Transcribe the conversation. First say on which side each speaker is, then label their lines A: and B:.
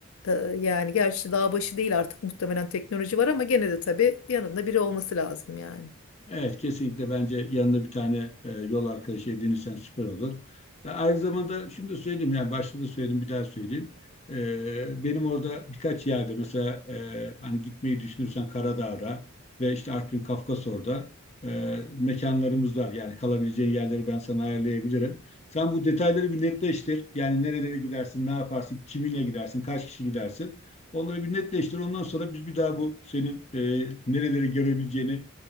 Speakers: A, on the left (about 65°); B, on the left (about 30°).
A: Ee, yani gerçi dağ başı değil artık muhtemelen teknoloji var ama gene de tabii yanında biri olması lazım yani.
B: Evet kesinlikle bence yanında bir tane e, yol arkadaşı edinirsen süper olur. E, aynı zamanda şunu da söyleyeyim yani başta da söyledim bir daha söyleyeyim. E, benim orada birkaç yerde mesela e, hani gitmeyi düşünürsen Karadağ'da ve işte Artvin Kafkasor'da e, mekanlarımız var. Yani kalabileceğin yerleri ben sana ayarlayabilirim. Sen bu detayları bir netleştir. Yani nerelere gidersin, ne yaparsın, kiminle gidersin, kaç kişi gidersin. Onları bir netleştir. Ondan sonra biz bir daha bu senin e, nereleri görebileceğini